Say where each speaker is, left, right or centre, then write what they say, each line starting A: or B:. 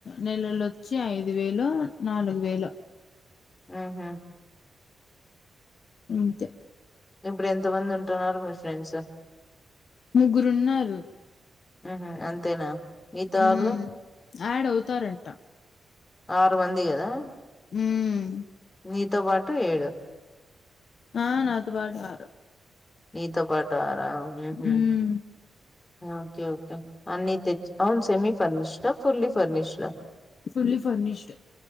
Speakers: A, on the left; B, on the left.
A: నెలలొచ్చి ఐదు వేలో నాలుగు వేలో
B: ఆహా
A: అంతే
B: ఇప్పుడు ఎంత మంది ఉంటున్నారు మీ ఫ్రెండ్స్
A: ముగ్గురున్నారు
B: ఆహ అంతేనా మిగతా
A: ఉమ్
B: వాళ్ళు
A: యాడ్ అవుతారంట
B: ఆరుమంది కదా
A: ఊమ్
B: నీతో పాటు ఏడు
A: ఆ నాతో పాటు ఆరు
B: నీతో పాటు ఆరా ఉహూ
A: ఉమ్
B: ఓకే ఓకే అన్ని తెచ్ అవును సెమీ ఫర్నిష్డా ఫుల్లీ ఫర్నిష్డా
A: ఫుల్లీ ఫర్నిష్డ్